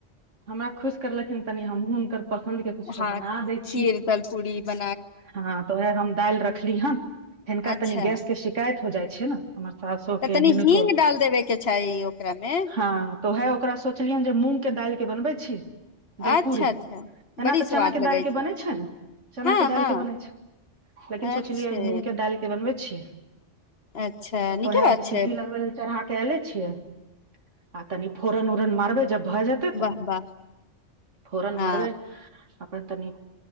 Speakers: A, on the right (about 85°); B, on the left (about 60°).
A: हमरा खुश करलखिन। तनि हमहूँ हुनकर पसन्दके किछो
B: हँ
A: बना दै छियै
B: खीर दल पूरी ब
A: हँ तऽ वहै हम दालि रख खली हन। हिनका
B: अच्छा
A: तनि गैस के शिकायत हो जाइ छै न। हमर साासो
B: तऽ
A: के
B: तनि
A: हिनको
B: हींग डाल देबे के चाही ओकरा मे
A: हँ तऽ ओहै ओकरा सोचलियनि जे मुह। के दालिक के बनबै छी। दलपूरी
B: अच्छा अच्छा
A: एना
B: बड़ी
A: तऽ
B: स्वाद
A: चनाके
B: लगै
A: दाईलके बनै छै न। चना
B: हँ
A: के दायल
B: हँ
A: के बनै छै लेकिन सोचलियय
B: अच्छे
A: मूंग के दायल के बनबै छियै
B: अच्छा नीके
A: तो ओहै
B: बात
A: अभी सिटी
B: छै
A: लगबई लै चढ़ा क ऐले छियै आ तनि फोर न ओरन मरबै। जब भऽ जेतै तऽ
B: वाह वाह
A: फोरन
B: आ
A: मारबै अपन तनि।